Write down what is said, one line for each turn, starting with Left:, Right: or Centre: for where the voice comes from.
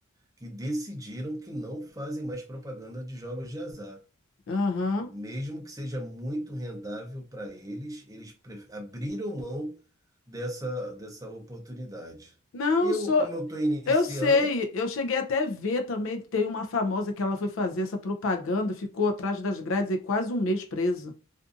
Right: que decidiram que não fazem mais propaganda de jogos de azar.
Left: Aham.
Right: Mesmo que seja muito rendável para eles, eles pref- abriram mão dessa, dessa oportunidade.
Left: Não,
Right: Eu,
Left: eu sou.
Right: como eu estou iniciando,
Left: Eu sei, eu cheguei até a ver também, tem uma famosa que ela foi fazer essa propaganda, ficou atrás das grades e quase um mês presa.